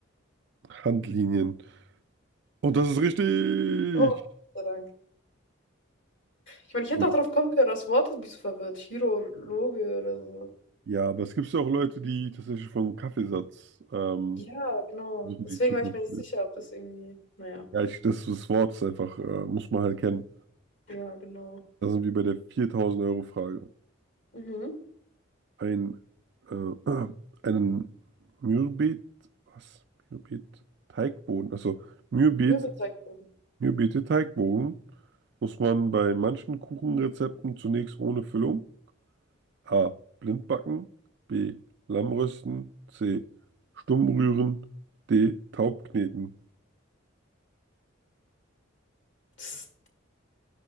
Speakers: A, on the right; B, on the left.
A: Handlinien. Und das ist richtig.
B: Oh, Gott sei Dank. Ich meine, ich hätte
A: Gut.
B: auch drauf kommen können, aber das Wort hat mich so verwirrt. Chirologe oder so.
A: Ja, aber es gibt ja auch Leute, die tatsächlich von Kaffeesatz ähm,
B: Ja, genau.
A: versuchen,
B: Deswegen
A: die Zukunft.
B: war ich mir nicht sicher, ob das irgendwie. Naja.
A: Ja, ich, das, das Wort ist einfach, äh, muss man halt kennen.
B: Ja, genau.
A: Da sind wir bei der 4000-Euro-Frage.
B: Mhm.
A: Ein, äh, <clears throat> einen Mürbet, was? Mürbet, Teigboden, also Mürbet,
B: Mürbeteigbogen.
A: Mürbete Teigboden muss man bei manchen Kuchenrezepten zunächst ohne Füllung, A. Blindbacken. B. Lammrösten. C. Stummrühren. D. Taubkneten.
B: Das,